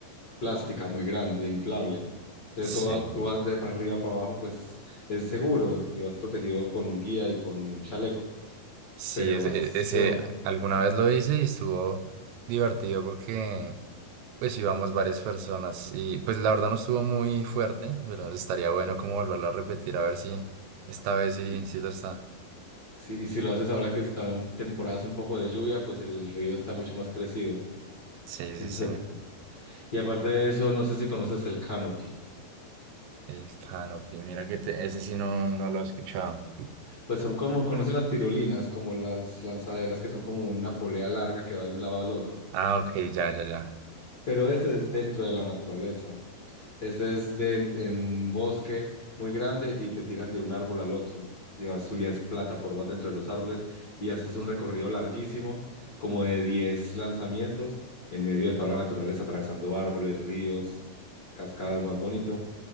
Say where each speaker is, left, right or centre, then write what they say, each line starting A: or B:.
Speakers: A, on the left; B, on the right.
A: plástica muy grande, inflable. Entonces
B: Sí,
A: eso va- tú vas de para arriba para abajo, pues es seguro y vas protegido con un guía y con un chaleco.
B: sí,
A: Pero
B: ese,
A: vas so-
B: ese alguna vez lo hice y estuvo divertido porque pues íbamos varias personas y pues la verdad no estuvo muy fuerte, pero estaría bueno como volverlo a repetir a ver si esta vez
A: sí.
B: sí, sí lo está.
A: Sí, y si lo haces ahora que está en temporadas un poco de lluvia, pues el río está mucho más crecido.
B: Sí,
A: <laughs> Entonces,
B: sí, sí.
A: y aparte de eso, no sé si conoces el canopy.
B: El canopy, mira que te- ese sí no, no lo he escuchado.
A: Pues son como, ¿conoces las tirolinas? Como las lanzaderas que son como una polea larga que va de un lado al otro.
B: Ah, ok, ya, ya, ya.
A: Pero ese es dentro de la naturaleza. Ese es de- en un bosque muy grande y te tiran de un árbol al otro. Y vas, subías plataformas dentro de los árboles y haces un recorrido larguísimo, como de 10 lanzamientos, en medio de toda la naturaleza, atravesando árboles, ríos, cascadas, más bonito.